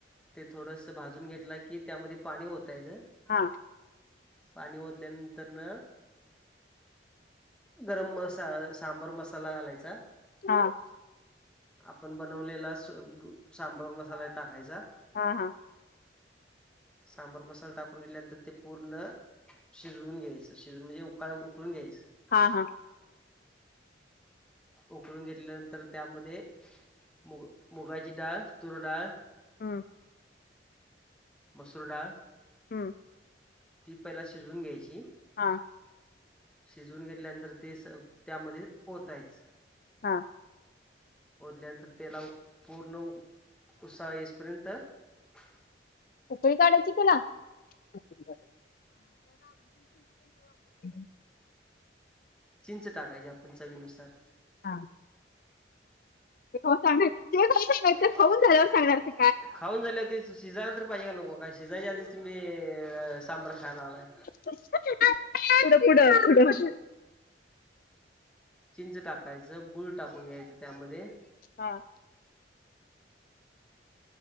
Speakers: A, in the centre; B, on the left.
A: ते थोडस भाजून घेतल की त्यामध्ये पाणी ओतायच-
B: हा
A: पाणी ओतल्यानंतर ना? गरम- मसा सांबर मसाला घालायचा.
B: हा.
A: आपण बनवलेला स उ सांबार मसाला टाकायचा.
B: हा हा
A: सांबार मसाला टाकून घेतल्यावर ते पूर्ण- शिजवून घ्यायच. शिजवून म्हणजे उकळ उकळून घ्यायचं.
B: हा हा
A: उकळून घेतल्यानंतर, त्यामध्ये मुग मुगाची डाळ, तूरडाळ-
B: हा.
A: मसूर डाळ
B: हम्म.
A: ती पहिला शिजवून घ्यायची-
B: हा
A: शिजवून घेतल्यानंतर ते स त्यामध्ये ओतायच.
B: हा.
A: ओतल्यानंतर त्याला पूर्ण उसाळ येईसपर्यंत -
B: उकळी काढायची त्याला? उकळी काढायची. <unintelligible>
A: चिंच टाकायची आपण चवीनुसार.
B: हा ते कवा सांगायचं ते कवा सांगायचं
A: खाऊन झाल्यावर सांगणार का
B: की
A: काय आता. खाऊन झाल्यावरतीच - शिजायला तर पाहिेजे का नको? काय शिजायच्या आधीच तुम्ही सांबार खायला लागलाय.
B: पुढ पुुढ. पुढ
A: चिंच टाकायचं. गुळ टाकून घ्यायचं त्यामध्ये-
B: हा